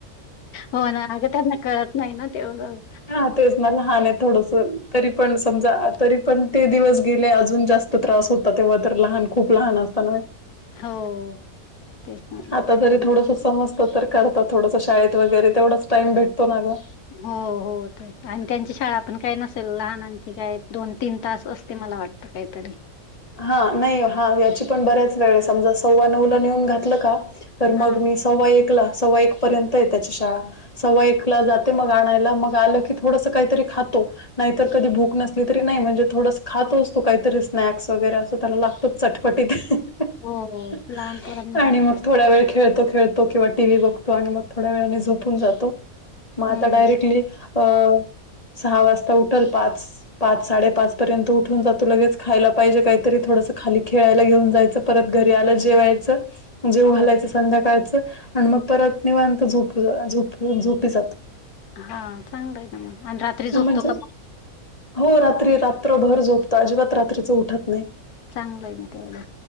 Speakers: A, on the left; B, on the left.
A: हो ना अगं त्यांना कळत नाही ना तेवढं.
B: हा तेच ना लहान आहे थोडसा तरी पण समजा तरी पण ते दिवस गेले अजून जास् तो प्रवास होता तेव्हा तर लहान खूप लहान असताना.
A: हो. तेच ना.
B: आता तरी
A: त्यां
B: थोडंस समजतं तर करतात थोडसा शाळेत वगैरे तेवढाच टाइम भेटतो ना गं.
A: हो हो आणि त्यांची शाळा पण काय नसेल लहानांची काय दोन-तीन तास असते मला वाट कायतरी.
B: हा.. नाही हा.. याची पण बऱ्याच वेळेस समजा सव्वा नऊला नेऊन घातलं का? तर मग
A: हा
B: मी सव्वा एकला सव्वा एक पर्यंत आहे त्याची शाळा सव्वा एकला
A: हा
B: जाते मग आणायला, मग आलं की थोडसं काहीतरी खातो. नाहीतर कधी भूक नस <unintelligible> नाही म्हणजे थोडंसं खातोच तो काहीतरी स्नॅक्स वगैरे असं त्याला लागतंच चटपटीत. हं
A: हो हो
B: हंं
A: लहान पोरांना
B: आणि
A: लागतोच
B: मग थोड्या वेळ खेळतो.. खेळतो.. किंवा टी व्ही बघतो आणि मग थोड्या वेळाने झोपून जातो. मग आता
A: हम्म
B: डायरेक्टली अ सहा वाजता उठलं पाच पाच साडे पाचपर्यंत उठून जातो, लगेच खायला पाहिजे. काहीतरी थोडंसं खाली खेळायला घेऊन जायचं. परत घरी आल्यावर जेवायचं. जेवु
A: हो
B: घालायचं संध्याकाळचं आणि मग परत निवांत झोपूया, झोप, झोपी जातं.
A: हा चांगलं आहे ना मग. आणि रात्री झोपतो
B: म्हणजे
A: का मग?
B: हो रात्री रात्रभर झोपतो, अजिबात रात्रीच उठत नाही.
A: चांगलं आहे मग तेवढं.